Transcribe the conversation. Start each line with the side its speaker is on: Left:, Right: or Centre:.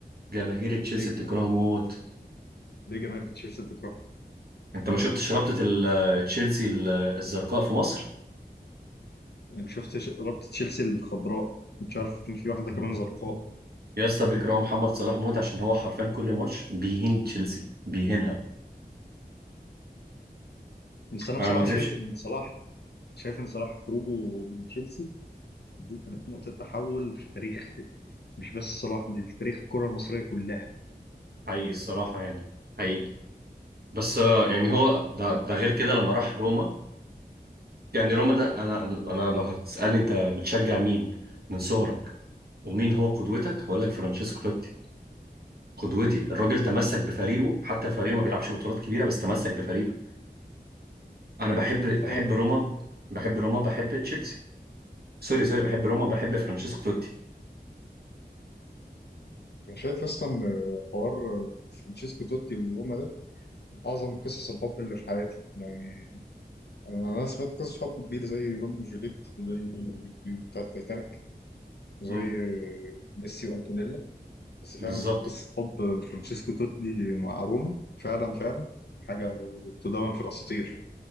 Right: جماهير تشيلسي
Left: ليه
Right: بتكرهه موت
Left: ليه جماهير تشيلسي بتكرهه
Right: انت ما شفتش رابطة ال- تشيلسي ال- الزرقاء في مصر
Left: انا شفت ش- رابطه تشيلسي الخضراء مش عارف ان في واحده كمان زرقاء
Right: يا اسطى بيكرهوا محمد صلاح موت عشان هو حرفيا كل ماتش بيهين تشيلسي بيهينها
Left: بس انا
Right: انا
Left: بصراحه
Right: ما اكذبش
Left: شايف ان صلاح شايف ان صلاح خروجه من تشيلسي دي كانت نقطه تحول في تاريخ مش بس صلاح دي في تاريخ الكره المصريه كلها
Right: حقيقي الصراحة يعني حقيقي بس آه، يعني
Left: الناس
Right: هو ده, ده غير كده لما راح روما يعني روما ده انا انا لو هتسألني انت بتشجع مين من صغرك ومين هو قدوتك هقول لك فرانشيسكو توتي قدوتي الراجل تمسك بفريقه حتى فريقه ما بيلعبش بطولات كبيرة بس تمسك بفريقه انا بحب
Left: بس
Right: بحب
Left: انا
Right: روما بحب روما بحب تشيلسي سوري سوري بحب روما بحب فرانشيسكو توتي
Left: أنا شايف اصلا آه، حوار آه، فرانشيسكو توتي وروما ده من اعظم قصص الحب اللي في حياتي يعني انا أنا سمعت قصص حب كبير زي روميو وجوليت وزي بتاع التايتانيك وزي
Right: امم
Left: آه، ميسي وانتونيلا بس فعلا
Right: بالظبط
Left: قصة حب فرانشيسكو توتي مع روما فعلا فعلا حاجة تدون في الأساطير